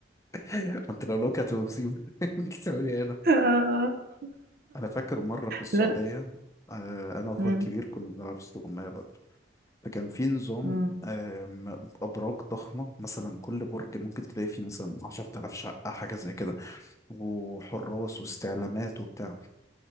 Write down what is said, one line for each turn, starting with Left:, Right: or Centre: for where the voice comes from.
Left: ما انت لو لوكت ومصيبه <laughs> بتعمل ايه هنا
Right: <laughs> آه، آه.
Left: انا فاكر مره في السعوديه
Right: لا لا
Left: آه، انا واخويا
Right: مم.
Left: الكبير كنا بنلعب استغمايه بقى فكان في نظام
Right: مم.
Left: آم، ابراج ضخمه مثلا كل برج ممكن تلاقي فيه مثلا 10000 شقه حاجه زي كده وحراس واستعلامات وبتاع